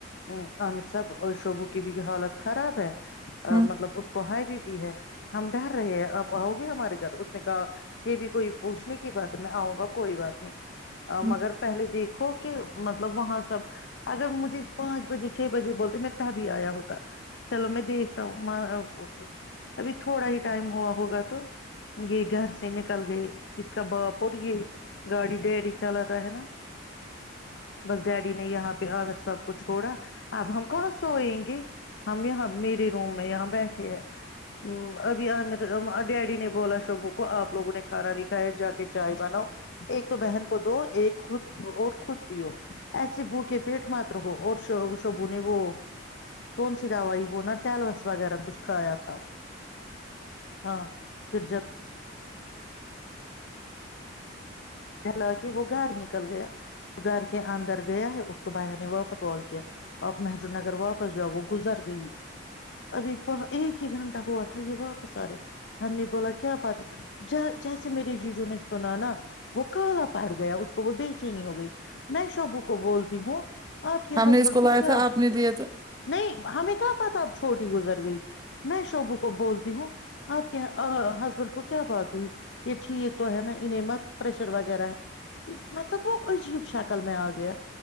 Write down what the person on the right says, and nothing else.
ہوں
ہاں
ہم
نے اس
لایا
تھا آپ نے لیا تو